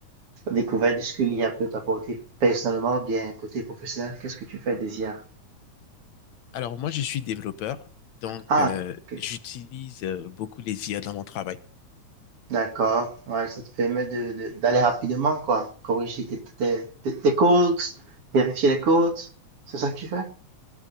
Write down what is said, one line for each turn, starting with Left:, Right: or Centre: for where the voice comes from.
Right: la découverte de ce que l'IA peut t'apporter personnellement ou bien côté professionnel? Qu'est-ce que tu fais des IA?
Left: Alors moi, je suis développeur, donc
Right: Ah,
Left: euh,
Right: ok.
Left: j'utilise euh, beaucoup les IA dans mon travail.
Right: D'accord. Ouais, ça te permet de, de- d'aller rapidement, quoi. Corriger tes, tes, tes tes codes, vérifier les codes. C'est ça que tu fais?